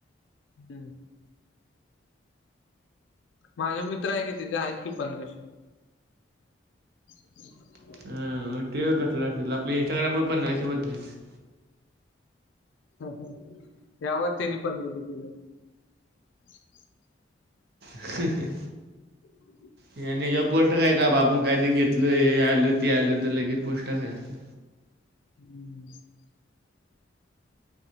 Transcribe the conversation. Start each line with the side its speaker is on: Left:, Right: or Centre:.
Left: हम. माझा मित्र आहे की, त्याचा आहेत की पंधराशे. <inaudible>
Right: अ ते कसल आपल्या इन्स्टाग्रामवर पंधराशे होत नाहीत.
Left: ह ह. यावर त्यांनी पंधराशे केलं. <inaudible>
Right: हं हं.
Left: <inaudible>
Right: यांनी जेव्हा पोस्ट <unintelligible> आपण काय तर घेतलय हे आलं ते आलं तर लगेच पोस्टा <unintelligible>
Left: <inaudible>